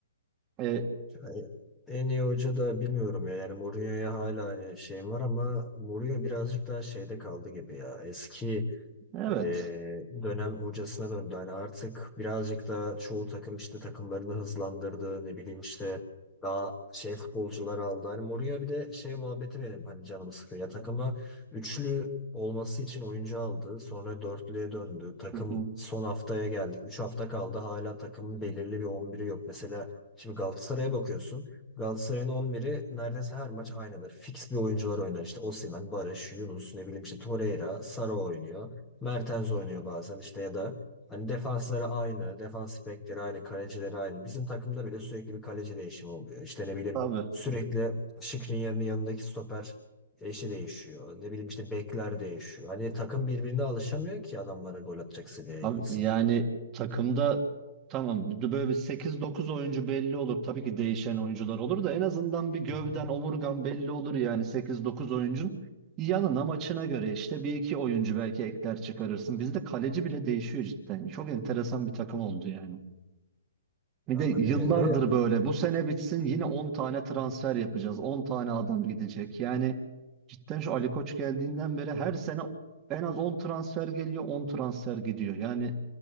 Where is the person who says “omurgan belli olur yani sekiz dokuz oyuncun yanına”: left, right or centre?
Right